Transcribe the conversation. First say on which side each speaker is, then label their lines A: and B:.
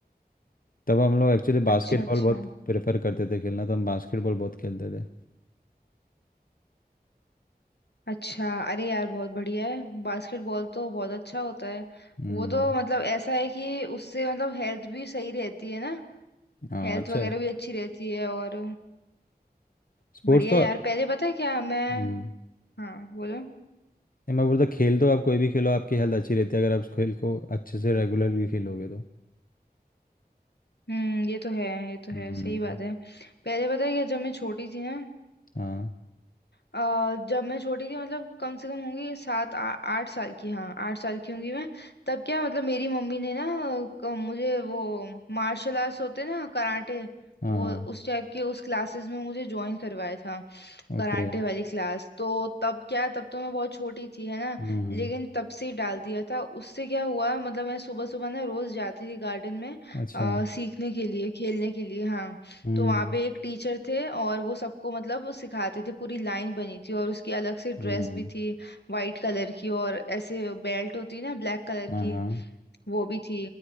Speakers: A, on the left; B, on the left.
A: तब हम लोग एक्चुअली बास्केटबॉल
B: अच्छा अच्छा
A: बहुत प्रेफर करते थे खेलना तो हम बास्केटबॉल बहुत खेलते थे
B: अच्छा अरे यार बहुत बढ़िया है बास्केटबॉल तो बहुत अच्छा होता है
A: हम्म
B: वो तो मतलब ऐसा है कि उससे मतलब हेल्थ भी सही रहती है ना
A: हाँ
B: हेल्थ
A: अच्छा
B: वगैरह
A: है
B: भी अच्छी रहती है और
A: स्पोर्ट्स
B: बढ़िया
A: तो
B: यार पहले पता है क्या मैं
A: हम्म
B: हाँ बोलो
A: नहीं, मैं बोलता खेल तो आप कोई भी खेलो आपकी हेल्थ अच्छी रहती है अगर आप उस खेल को अच्छे से रेगुलरली खेलोगे तो
B: हम्म ये तो है ये तो
A: हम्म
B: है सही बात है पहले पता है क्या जब मैं छोटी थी ना
A: हाँ
B: अ, जब मैं छोटी थी मतलब कम से कम होंगी सात आ- आठ साल की हाँ आठ साल की होंगी मैं तब क्या मतलब मेरी मम्मी ने ना अ, क- मुझे वो मार्शल आर्ट्स होते ना कराटे
A: हाँ
B: वो
A: हाँ
B: उस टाइप के उस क्लासेस में मुझे ज्वाइन करवाया था कराटे
A: ओके
B: वाली क्लास तो तब क्या तब तो मैं बहुत छोटी थी है ना
A: हम्म
B: लेकिन तब से ही डाल दिया था उससे क्या हुआ मतलब मैं सुबह सुबह ना रोज जाती थी गार्डन में
A: अच्छा
B: अ, सीखने के लिए खेलने के लिए हाँ
A: हम्म
B: तो वहाँ पे एक टीचर थे और वो सबको मतलब वो सिखाते थे पूरी लाइन बनी थी और उसकी अलग से ड्रेस
A: हम्म
B: भी थी वाइट कलर की और ऐसे बेल्ट होती है ना ब्लैक कलर
A: हाँ
B: की
A: हाँ
B: वो भी थी